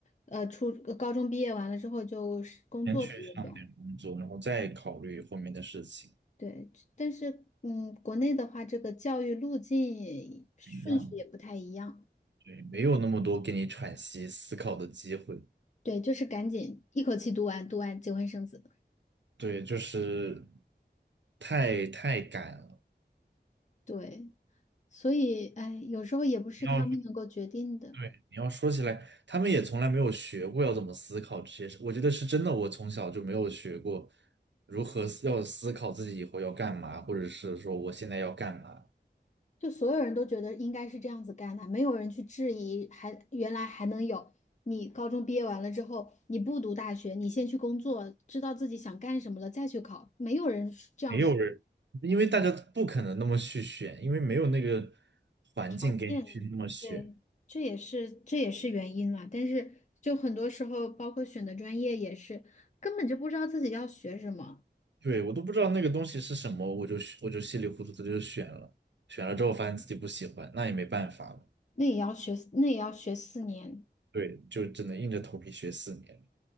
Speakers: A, on the left; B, on the right.
A: 呃，初呃高中毕业完了之后就是工作的也有，
B: 先去上点工作，然后再考虑后面的事情，
A: 对。但是，嗯，国内的话，这个教育路径顺序也不太一样。
B: 不一样的。对，没有那么多给你喘息思考的机会。
A: 对，就是赶紧一口气读完，读完结婚生子。
B: 对，就是太太赶了，
A: 对，所以，哎，有时候也不是他们能够决定的。
B: 不要对，你要说起来，他们也从来没有学过要怎么思考这些事。我觉得是真的，我从小就没有学过如何思要思考自己以后要干嘛，或者是说我现在要干嘛。
A: 就所有人都觉得应该是这样子干的，没有人去质疑还，原来还能有你高中毕业完了之后，你不读大学，你先去工作，知道自己想干什么了再去考，没有人是这样说
B: 没有人，因为大家不可能那么去选，因为没有那个环境给你去那么选。
A: 条件，对，这也是这也是原因了。但是就很多时候，包括选的专业也是，根本就不知道自己要学什么，
B: 对，我都不知道那个东西是什么，我就我就稀里糊涂的就选了，选了之后发现自己不喜欢，那也没办法了。
A: 那也要学，那也要学四年，
B: 对，就只能硬着头皮学四年。